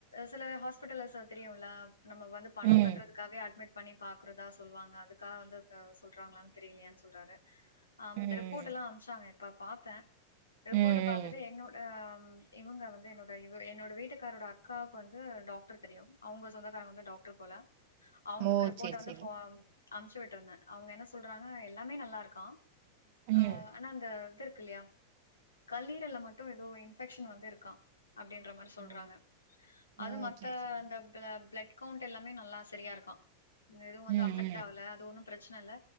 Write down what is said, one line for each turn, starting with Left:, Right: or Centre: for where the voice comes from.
Left: சில ஹாஸ்பிட்டல்ஸ்ச தெரியுல்ல நம்ம வந்து பணம்
Right: ம்
Left: கட்டுறதுக்காகவே அட்மிட் பண்ணி பாக்குறதா சொல்லுவாங்க அது க்காவ வந்து க சொல்றாங்களானு தெரிலியானு சொல்றாரு ஆ அந்த
Right: ம் ம்
Left: ரிப்போர்ட் எல்லா அம்ச்சாங்க இப்ப பாத்த ரிப்போர்ட
Right: ம் ம்
Left: பாத்துட்டு என்னோட ம், இவங்க வந்து என்னோட இ என்னோட வீட்டுக்காரோட அக்காவுக்கு வந்து டாக்டர தெரியு அவங்க சொந்தக்காரங்க வந்து டாக் ட்ரு போல அவங்களுக்கு
Right: ஓ
Left: ரிப்போர்ட
Right: சேரி
Left: வந்து
Right: சேரி
Left: ஃபோ அம்ச்சு விட்டுருந்த அவங்க என்ன சொல்றாங்க எல்லாமே நல்லா இருக்கா ஆ
Right: ம்
Left: ஆனா அந்த இது இருக்கு இல்லையா கல்லீரல்ல மட்டு ஏதோ இன்ஃபெக்ஷன் வந்து இருக்கா அப்டின்ற மாரி சொல்றாங்,
Right: ஓ
Left: அது
Right: ஓ
Left: மத்த
Right: சேரி சேரி
Left: அந்த பிள பிளட் கெளண்ட் எல்லாமே நல்லா சரியா இருக்ககா எதுவு வந்து
Right: ம், ம்.
Left: அஃபெக்ட் ஆவல. அது ஒன்னு பிரச்சன இல்ல